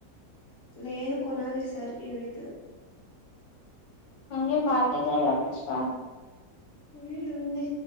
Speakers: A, on the left; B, on the left.
A: లేదు కొనాలి ఈ సార్ ఏమైందో
B: అయ పార్టీ లేదా పుష్పా
A: ఉ ఉంది